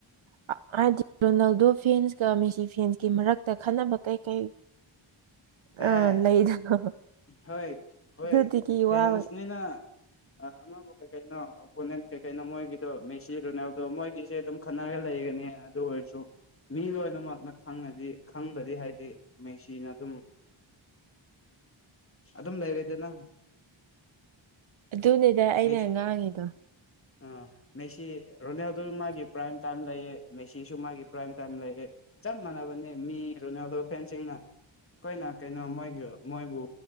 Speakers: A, on the right; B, on the left.
A: ꯍ ꯑ ꯍꯥꯏꯗꯤ ꯔꯣꯅꯥꯜꯗꯣ ꯐꯦꯟꯁꯀ ꯃꯦꯁꯤ ꯐꯦꯟꯁꯀꯤ ꯃꯔꯛꯇ ꯈꯟꯅꯕ ꯀꯩ ꯀꯩ ꯑ
B: ꯑꯦ
A: ꯂꯩꯗꯅ
B: ꯍꯣꯏ ꯍꯣꯏ
A: ꯑꯗꯨꯗꯒꯤ
B: ꯐꯦꯟꯁꯅꯤꯅ
A: ꯋꯥꯕ
B: ꯑꯃꯕꯨ ꯀꯩ ꯀꯩꯅꯣ ꯑꯣꯄꯣꯅꯦꯟ ꯀꯩꯀꯩꯅꯣ ꯃꯣꯏꯒꯤꯗꯣ ꯃꯦꯁꯤ ꯔꯣꯅꯥꯜꯗꯣ ꯃꯣꯏꯒꯤꯁꯦ ꯑꯗꯨꯝ ꯈꯟꯅꯔꯒ ꯂꯩꯒꯅꯤ ꯑꯗꯣ ꯑꯣꯏꯔꯁꯨ ꯃꯤ ꯂꯣꯏꯅꯃꯛꯅ ꯈꯪꯉꯗꯤ ꯈꯪꯕꯗꯤ ꯍꯥꯏꯗꯤ ꯃꯦꯁꯤꯅ ꯑꯗꯨꯝ ꯑꯗꯨꯝ ꯂꯩꯔꯦꯗꯅ
A: ꯑꯗꯨꯅꯦꯗ ꯑꯩꯅ
B: ꯃꯦꯁꯤ
A: ꯉꯥꯡꯉꯤꯗꯣ
B: ꯑꯥ ꯃꯦꯁꯤ ꯔꯣꯅꯥꯜꯗꯣ ꯃꯥꯒꯤ ꯄ꯭ꯔꯥꯏꯝ ꯇꯥꯏꯝ ꯂꯩꯌꯦ ꯃꯦꯁꯤꯁꯨ ꯃꯥꯒꯤ ꯄ꯭ꯔꯥꯏꯝ ꯇꯥꯏꯝ ꯂꯩꯑ ꯆꯞ ꯃꯥꯟꯅꯕ ꯃꯤ ꯔꯣꯅꯥꯜꯗꯣ ꯐꯦꯟꯁꯤꯡꯅ ꯑꯩꯈꯣꯏꯅ ꯀꯩꯅꯣ ꯃꯣꯏꯒꯤ ꯃꯣꯏꯕꯨ